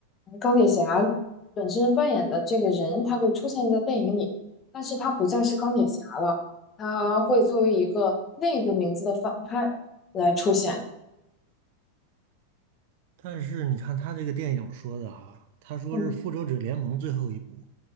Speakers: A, on the left; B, on the right.
A: 嗯钢铁侠本身扮演的这个人，他会出现在电影里，但是他不再是钢铁侠了，他会作为一个另一个名字的反派来出现。
B: 但是你看他这个电影说的哈，他说是《复仇者联盟》最后一部，
A: 嗯